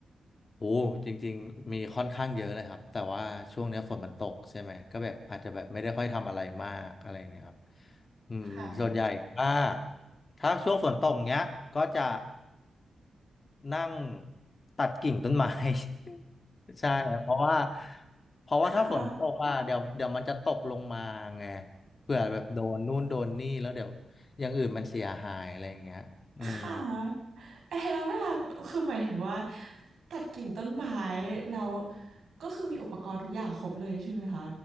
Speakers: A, on the left (about 40°); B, on the right (about 75°).
A: โอ้จริงๆมีค่อนข้างเยอะเลยครับแต่ว่าช่วงเนี้ยฝนมันตกใช่ไหมก็แบบอาจจะแบบไม่ได้ค่อยทำอะไรมากอะไรอย่างเงี้ยครับอืมส่วนใหญ่ถ้า
B: ค่ะ
A: ถ้าช่วงฝนตกเนี้ยก็จะ นั่งตัดกิ่งต้นไม้ <laughs> ใช่ครับเพราะว่าเพราะว่าถ้าฝนตกอ่ะเดี๋ยวเดี๋ยวมันจะตกลงมาไง
B: ค่ะ
A: เผื่อแบบโดนนู่นโดนนี่แล้วเดี๋ยวอย่างอื่นมันเสียหายอะไรอย่างเงี้ยอืม
B: ค่ะเออแล้วเวลาคือหมายถึงว่าตัดกิ่งต้นไม้เราก็คือมีอุปกรณ์ทุกอย่างครบเลยใช่ไหมคะ